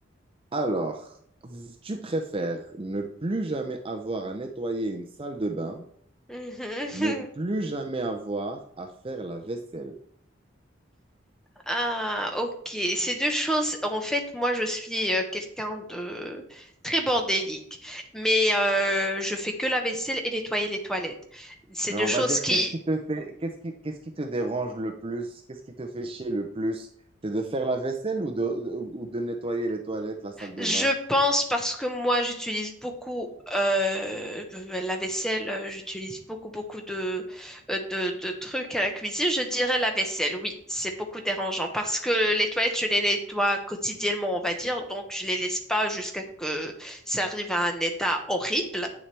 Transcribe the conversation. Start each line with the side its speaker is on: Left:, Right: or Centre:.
Right: Alors, tu préfères ne plus jamais avoir à nettoyer une salle de bain
Centre: Mhm. <laughs>
Right: Ne plus jamais avoir à faire la vaisselle.
Centre: Ah, ok. Ces deux choses, en fait, moi, je suis euh, quelqu'un de très bordélique, mais euh, je fais que la vaisselle et nettoyer les toilettes. C'est
Right: Mais
Centre: deux
Right: on
Centre: choses
Right: va dire,
Centre: qui,
Right: qu'est-ce qui te fait, qu'est-ce qui, qu'est-ce qui te dérange le plus? Qu'est-ce qui te fait chier le plus? C'est de faire la vaisselle ou de, ou de nettoyer les toilettes, la salle de
Centre: Je
Right: bain?
Centre: pense parce que moi j'utilise beaucoup euh, la vaisselle, euh, j'utilise beaucoup beaucoup de, euh, de de trucs à la cuisine. Je dirais la vaisselle, oui, c'est beaucoup dérangeant parce que les toilettes je les nettoie quotidiennement, on va dire, donc je les laisse pas jusqu'à que ça arrive à un état horrible.